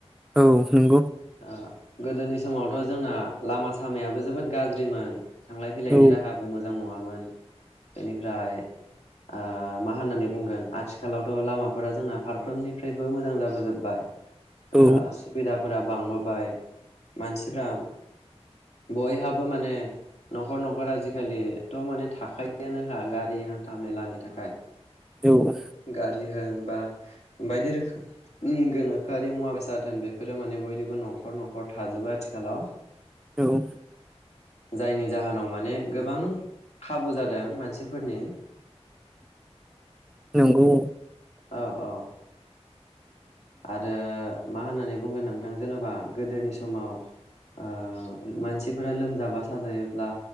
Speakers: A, in the centre; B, on the left.
A: औ नंगौ।
B: ओ गोदोनि समावथ' जोंना लामा सामायाबो जोबोद गाज्रि मोन थांलाय फैलायनि
A: औ
B: राहाबो मोजां नङामोन। बेनिफ्राय आ मा होननानै बुंगोन आथिखालावथ' लामाफोरा जोंना फारफ्रोमनिफ्रायबो मोजां जाबोजोबबाय।
A: औ
B: ओ सुबिदा बांबोबाय मानसिफ्रा बयहाबो माने न'खर न'खर आजिखालिथ' माने थाखायोआनो गारि हान्था मेलानि थाखाय।
A: औ।
B: गारि होन बा बायदि रोखोमनि गोनोखोआरि मुवा बेसाद होन बेफोरो माने बयनिबो न'खर न'खर थाजोबो आथिखालाव।
A: औ।
B: जायनि जाहोनाव माने गोबां खाबु जादों मानसिफोरनि
A: नोंगौ।
B: औ औ आरो मा होननानै बुंगोन नोंथां जेन'बा गोदोनि समाव ओ मानसिफोरा लोमजाबा साजायोब्ला